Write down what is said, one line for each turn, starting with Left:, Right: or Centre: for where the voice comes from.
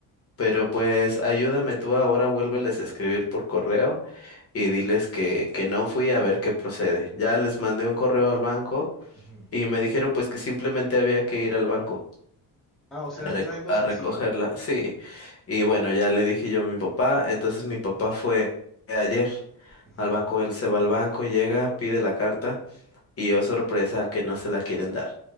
Left: pero pues ayúdame tú ahora, vuélveles a escribir por correo y diles que, que no fui a ver qué procede. Ya les mandé un correo al banco
Centre: ujú,
Left: y me dijeron pues que simplemente había que ir al banco
Centre: Ah, o sea,
Left: a, reco-
Centre: era algo
Left: a
Centre: sencillo.
Left: recogerla. Sí, y bueno, ya le dije yo a mi papá, entonces mi papá fue ayer
Centre: ujú.
Left: al banco, él se va al banco, llega, pide la carta y yo sorpresa que no se la quieren dar.